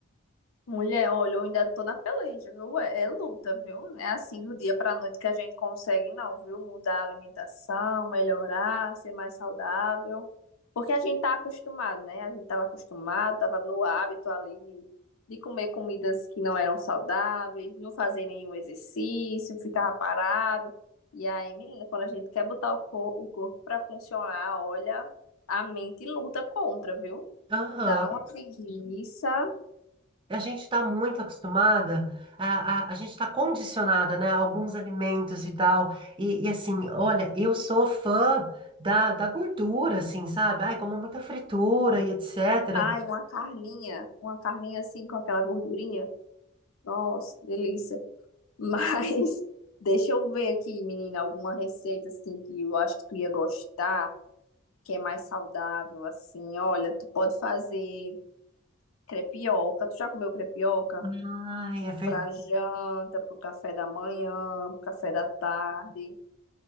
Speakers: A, on the left; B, on the right.
A: Mulher, olha, eu ainda tô na peleja, viu? É, é luta, viu? Não É assim do dia pra noite que a gente consegue, não, viu? Mudar a alimentação, melhorar, ser mais saudável. Porque a gente tá acostumado, né? A gente tava acostumado, tava no hábito ali de, de comer comidas que não eram saudáveis, não fazer nenhum exercício, ficava parado. E aí, menina, quando a gente quer botar o, cor o corpo pra funcionar, olha, a mente luta contra, viu?
B: Aham.
A: Dá uma preguiça.
B: A gente está muito acostumada, a, a, a gente está condicionada, né, a alguns alimentos e tal. E, e assim, olha, eu sou fã da, da gordura, assim, sabe? Ai, como muita fritura e etc.
A: Ai, uma carninha, uma carninha assim com aquela gordurinha. Nossa, delícia. Mas <laughs> deixa eu ver aqui, menina, alguma receita assim que eu acho que tu ia gostar, que é mais saudável assim. Olha, tu pode fazer crepioca. Tu já comeu crepioca?
B: Ai, é verdade.
A: Pra janta, pro café da manhã, pro café da tarde.